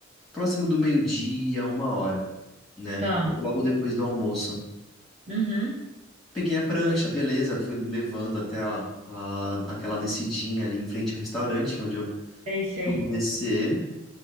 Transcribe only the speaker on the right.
Tá.
Uhum.
Sei, sei.